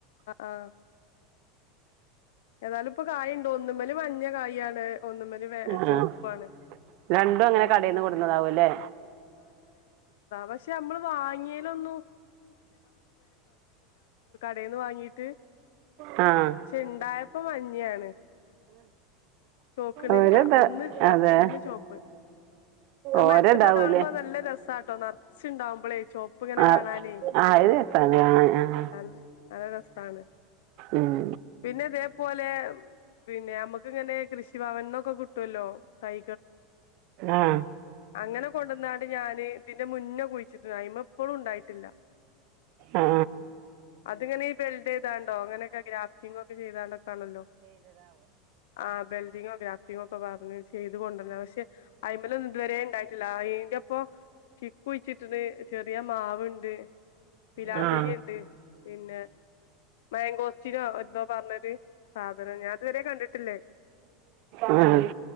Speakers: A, on the left; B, on the right.
A: ആഹ് ന്നാലും ഇപ്പൊ കായ് ഉണ്ട് ഒന്ന് മഞ്ഞ കായ് ആണ് കായ്ച്ചിട്ടുള്ളത് ഒന്നുമൽ
B: ആഹ്
A: ചുവപ്പ് ആണ്
B: രണ്ടും അങ്ങനെ കടേന്ന് കൊടുന്നതാവൂല്ലേ
A: പക്ഷെ നമ്മള് വാങ്ങിയേലൊന്നും ചുവപ്പാണോ വാങ്ങിയത്
B: ആഹ്
A: ഉണ്ടായപ്പോൾ മഞ്ഞ യാണ് ചോക്ക്ണില്ല
B: ഓരോത് അതെ
A: ഒന്ന് ചുവപ്പ് അഹ്
B: ഓരോതാവൂലേ
A: മരത്തിന്മൽ കാണുമ്പോ നല്ല രസാട്ടോ നിറയേ കാണുമ്പോൾ ചുവപ്പ് ഇങ്ങനെ
B: ആ
A: കാണാൻ
B: ആ ഇത് രസാണ് ആ ആ
A: നല്ല രസാണ്
B: ഉം
A: പിന്നെന്താ പോലെ പിന്നെ നമ്മക്ക് ഇങ്ങനെ കൃഷി ഭവൻനിൽനിന്നൊക്ക കിട്ടുമല്ലോ തൈ
B: ആഹ്.
A: അങ്ങനെ കൊണ്ടന്നാണ്ട് ഞാന് ഇതിന്റെ മുന്നേ കുയിച്ചിട്ടുണ്ട് അതിന്മൽ ഇപ്പോഴും ഉണ്ടായില്ല
B: ആ
A: അതിങ്ങനെ ഈ ബെൽടെയ്താണ്ടൊ അങ്ങനെ ഗ്രാഫ്റ്റിങ്‌ ഒക്കെ ചെയ്താണ്ടക്കാണല്ലോ ആ ബെൽഡിങ്ങൊ, ഗ്രാഫ്റ്റിങ്ങൊ ക്കെ പർ ചെയ്തുകൊണ്ടന്ന പഷേ അയ്മാലൊന്നു ഇതുവരെ ളാഅയിന്റെപ്പൊ ചിക്കുയിച്ചിട്ട്ണ് ചെറിയ മാവുണ്ട്. പിലാതെയ്യ്ണ്ട്
B: ആ
A: പിന്നെ മാങ്കോസ്റ്റിനോ എന്തോ പറഞ്ഞത്. സാധനം ഞാൻ ഇതുവരെ കണ്ടിട്ടില്ലഹ്.
B: ആഹ്.